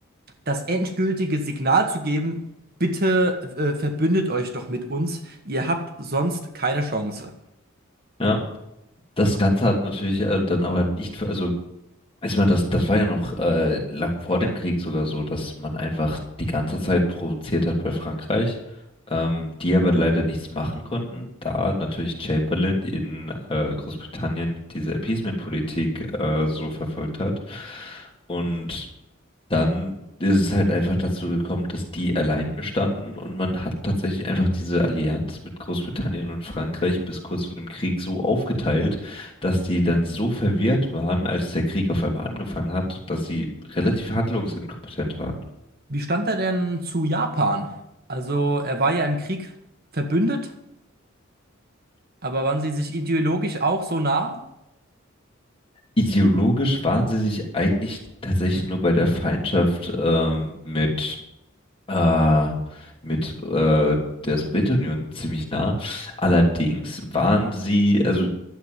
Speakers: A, on the right; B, on the left.
A: das endgültige Signal zu geben, bitte äh, verbündet euch doch mit uns, ihr habt sonst keine Chance.
B: ja, Das Ganze hat natürlich äh, dann aber nicht, also ich meine, das, das war ja noch äh, lang vor dem Krieg sogar so, dass man einfach die ganze Zeit provoziert hat bei Frankreich, ähm, die aber leider nichts machen konnten, da natürlich Chamberlain in äh, Großbritannien diese Appeasement-Politik äh, so verfolgt hat. Und dann ist es halt einfach dazu gekommen, dass die alleine standen und man hat tatsächlich einfach diese Allianz mit Großbritannien und Frankreich bis kurz vor dem Krieg so aufgeteilt, dass die dann so verwirrt waren, als der Krieg auf einmal angefangen hat, dass sie relativ handlungsinkompetent waren.
A: Wie stand er denn zu Japan? Also er war ja im Krieg verbündet, aber waren sie sich ideologisch auch so nah?
B: Ideologisch waren sie sich eigentlich tatsächlich nur bei der Feindschaft ähm, mit, äh, mit äh, der Sowjetunion ziemlich nah. Allerdings waren sie, also